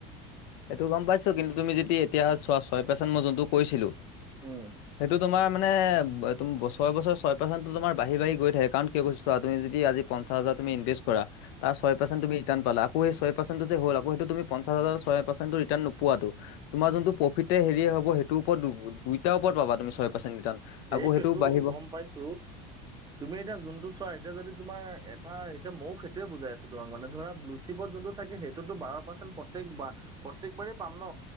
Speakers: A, on the left; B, on the right.
A: সেইটো গম পাইছো কিন্তু তুমি যদি এতিয়া চোৱা ছয় মই যোনতো কৈছিলো
B: উম,
A: সেইটো তোমাক মানে তুম বছৰে বছৰে ছয় পাৰ্চেণ্টটো তোমাৰ বাঢ়ি বাঢ়ি গৈ থাকে কাৰণ কিয় কৈছো চোৱা তুমি যদি আজি পঞ্চাছ জাৰ তুমি ইনভেষ্ট কৰা তা ছয় পাৰ্চেণ্ট তুমি ৰিটাৰ্ণ পালা আকৌ সেই ছয় পাৰ্চেণ্ট টো যে হ'ল আকৌ সেইটো তুমি পঞ্চাছ হাজাৰ ছয়ে পাৰচেনটো ৰিটাৰ্ণ নোপোৱাতো তোমাৰ যোনটো প্ৰফিটে হেৰি হব সেইটো ওপৰত দুই দুইটাৰ ওপৰত পাবা তুমি ছয় পাৰছেন ৰিটাৰ্ণ।
B: সেইটোৱেটো
A: আকৌ সেইটোও বাঢ়িব
B: গম পাইছো, তুমি এতিয়া যোনটো চোৱা এতিয়া যদি তোমাৰ এটা এইটো মইয়ো সেইটোৱে বুজাই আছো তোমাক মানে ধৰা ব্লু থিপত যোনটো থাকে সেইটোতো বাৰ পাৰ্চেণ্ট প্ৰতেক বা প্ৰত্যেকবাৰেই পাম ন'?